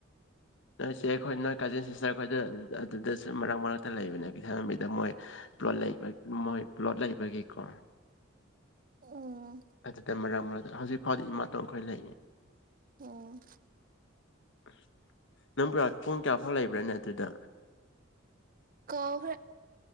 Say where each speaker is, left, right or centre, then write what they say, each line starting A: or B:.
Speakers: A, on the left; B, on the right.
A: ꯅꯣꯏ ꯏꯆꯦ ꯑꯩꯈꯣꯏ ꯅꯣꯏ ꯀꯥꯖꯤꯟ ꯁꯤꯁꯇꯔ ꯑꯩꯈꯣꯏꯗ ꯑꯗꯨꯗꯁꯨ ꯃꯔꯛ ꯃꯔꯛꯇ ꯂꯩꯕꯅꯦ ꯀꯩꯊꯟꯕꯤꯗ ꯃꯣꯏ ꯄ꯭ꯂꯣꯠ ꯂꯩꯕ ꯃꯣꯏ ꯄ꯭ꯂꯣꯠ ꯂꯩꯕꯒꯤꯀꯣ
B: ꯑꯣ
A: ꯑꯗꯨꯇ ꯃꯔꯛ ꯃ ꯍꯧꯖꯤꯛ ꯐꯥꯎꯗꯤ ꯏꯃꯥꯇꯣꯟ ꯈꯣꯏ ꯂꯩꯔꯤ
B: ꯑꯣ
A: <inaudible> ꯅꯪ ꯄꯨꯡ ꯀꯌꯥ ꯐꯥꯎ ꯂꯩꯕ꯭ꯔꯥꯅꯦ ꯑꯗꯨꯗ
B: ꯀꯧꯍ